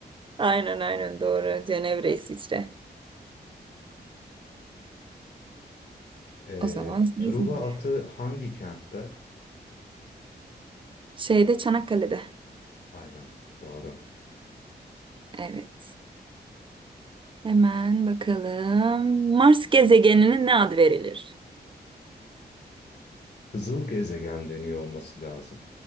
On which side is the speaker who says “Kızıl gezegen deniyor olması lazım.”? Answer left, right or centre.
Left